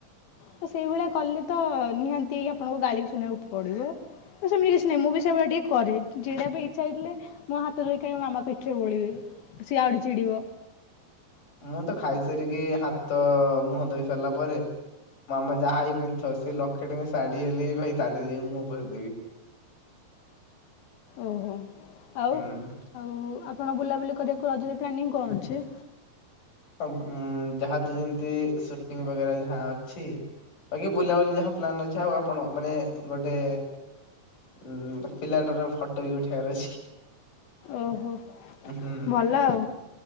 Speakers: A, on the left (about 80°); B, on the left (about 60°).
A: ତ ସେଇଭଳିଆ କଲେ ତ ନିହାତି ଆପଣଙ୍କୁ ଗାଳି ଶୁଣିବାକୁ ପଡିବ, ତ ସେମିତି କିଛି ନାହିଁ ମୁଁ ବି ସେଇଭଳିଆ ଟିକେ କରେ, ଯେଟା ପାଇଁ ଇଚ୍ଛା ହେଇଥିଲେ ମୋ ହାତ ଧୋଇକି କାଇଁ ମାମା ପିଠିରେ ବୋଳିବେ, ସିଏ ଆହୁରି ଚିଡିବ।
B: ମୁଁ ତ ଖାଇସାରିକି ହାତ ମୁହଁ ଧୋଇ ସାରିଲା ପରେ ମାମା ଯାହା ବି ପିନ୍ଧିଥାଉ ସେ ଲକ୍ଷେ ଟଙ୍କିଆ ଶାଢୀ ହେଲେ ବି ଭାଇ ତା ଦେହରେ ଯାଇକି ମୁହଁ ପୋଛିଦେବି।
A: ଓହୋ। ଆଉ
B: ହୁଁ।
A: ଆଉ ଆ କଣ ବୁଲାବୁଲି କରିବାକୁ ରଜରେ ପ୍ଲାନିଙ୍ଗ କଣ ଅଛି?
B: ଆଉ ଉଁ, ଯାହା ତୁ ଯେମିତି ସେଟିଙ୍ଗ ବଗେର ଯାହା ଅଛି ବାକି ବୁଲାବୁଲି ଯାହା ପ୍ଲାନ୍ ଅଛି, ଆଉ ଆପଣ ମାନେ ଗୋଟେ ଉଁ ପିଲାଟାର ଫଟୋ ବି ଉଠେଇବାର ଅଛି।
A: ଓହୋ
B: ହୁଁ
A: ଭଲ ଆଉ